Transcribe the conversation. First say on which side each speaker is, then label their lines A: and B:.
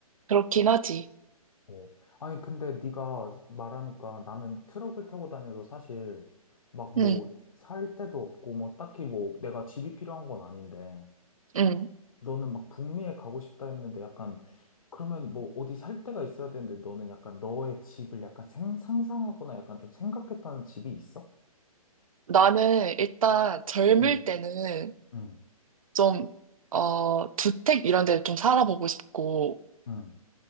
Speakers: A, on the right; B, on the left.
A: 그렇긴 하지.
B: 어. 아니, 근데 네가 말하니까 나는 트럭을 타고 다녀도 사실 막
A: 음,
B: 뭐 살 데도 없고 뭐 딱히 뭐 내가 집이 필요한 건 아닌데
A: 음.
B: 너는 막 북미에 가고 싶다 했는데 약간 그러면 뭐 어디 살 데가 있어야 되는데 너는 약간 너의 집을 약간 생, 상상하거나 약간 좀 생각했다는 집이 있어?
A: 나는 일단 젊을
B: 응,
A: 때는
B: 응,
A: 좀, 어, 주택 이런 데를 좀 살아보고 싶고,
B: 응.